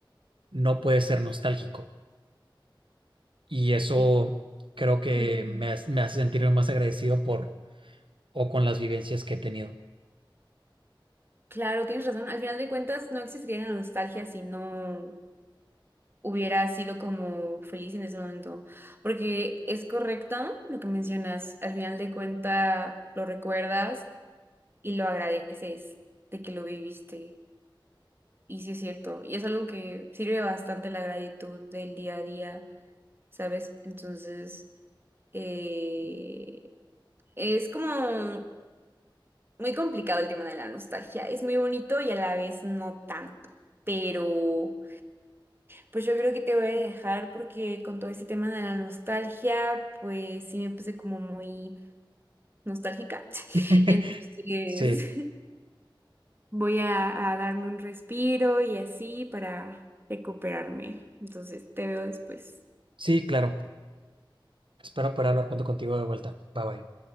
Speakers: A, on the right; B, on the right.
A: no puede ser nostálgico. Y eso
B: Sí.
A: creo que
B: Creo que sí.
A: me, hace- me hace sentirme más agradecido por o con las vivencias que he tenido.
B: Claro, tienes razón. Al final de cuentas, no existiría la nostalgia si no hubiera sido como feliz en ese momento. Porque es correcto lo que mencionas. Al final de cuentas, lo recuerdas y lo agradeces de que lo viviste. Y sí es cierto. Y es algo que sirve bastante la gratitud del día a día, ¿sabes? Entonces, eh, es como muy complicado el tema de la nostalgia. Es muy bonito y a la vez no tanto. Pero... Pues yo creo que te voy a dejar porque con todo este tema de la nostalgia, pues sí me puse como muy nostálgica.
A: <laughs>
B: <laughs> Entonces
A: Sí,
B: <laughs> voy a, a darme un respiro y así para recuperarme. Entonces te veo después.
A: sí, claro. Espero poder hablar pronto contigo de vuelta. Bye bye.